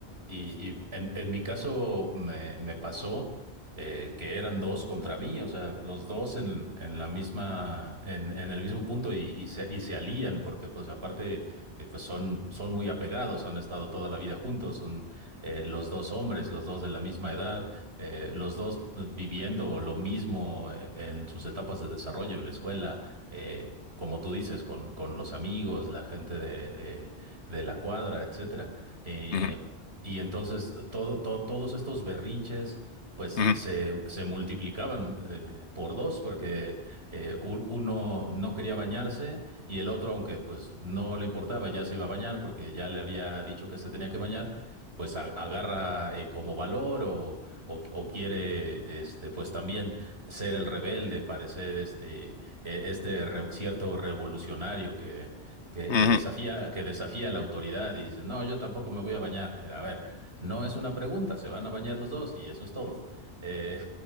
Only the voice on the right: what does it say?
y, y en, en mi caso me, me pasó eh, que eran dos contra mí, o sea, los dos en, en la misma, en, en el mismo punto y, y se, y se alían porque pues aparte eh, pues son, son muy apegados, han estado toda la vida juntos, son eh, los dos hombres, los dos de la misma edad, eh, los dos pues, viviendo lo mismo eh, en sus etapas de desarrollo en la escuela, eh, como tú dices, con, con los amigos, la gente de, de de la cuadra, etcétera. Eh,
y entonces todo, to- todos estos berrinches pues
se, se multiplicaban eh, por dos porque eh, u- uno no quería bañarse y el otro, aunque pues no le importaba, ya se iba a bañar porque ya le había dicho que se tenía que bañar, pues a- agarra eh, como valor o, o, o quiere este, pues también ser el rebelde, parecer este, eh, este re- cierto revolucionario que, que,
que desafía, que desafía la autoridad y dice, no, yo tampoco me voy a bañar. Eh, A ver, no es una pregunta, se van a bañar los dos y eso es todo. Eh,